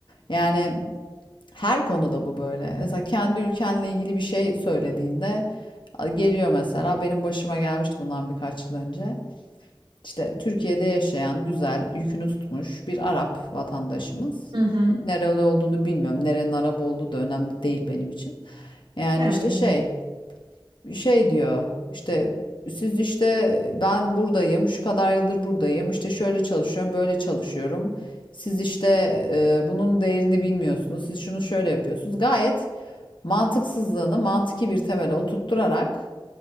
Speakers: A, on the left; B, on the right.
A: yani her konuda bu böyle. Mesela kendi ülkenle ilgili bir şey söylediğinde geliyor mesela benim başıma gelmişti bundan birkaç yıl önce. İşte Türkiye'de yaşayan güzel yükünü tutmuş bir Arap vatandaşımız.
B: Hı hı.
A: Nereli olduğunu bilmiyorum. Nerenin Arap olduğu da önemli değil benim için. Yani
B: En
A: işte
B: bir önemi.
A: şey şey diyor işte siz işte ben buradayım şu kadar yıldır buradayım işte şöyle çalışıyorum böyle çalışıyorum. Siz işte e, bunun değerini bilmiyorsunuz. Siz şunu şöyle yapıyorsunuz. Gayet mantıksızlığını mantıki bir temele oturtturarak